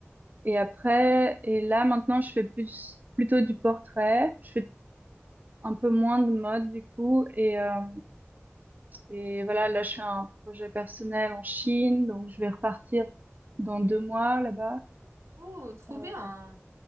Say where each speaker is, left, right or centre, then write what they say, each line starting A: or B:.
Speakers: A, on the right; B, on the right.
A: et après, et là, maintenant, je fais plus, plutôt du portrait. Je fais un peu moins de mode, du coup. Et, euh, Et voilà, là, je fais un projet personnel en Chine, donc je vais repartir dans deux mois là-bas.
B: Oh, trop
A: Euh,
B: bien.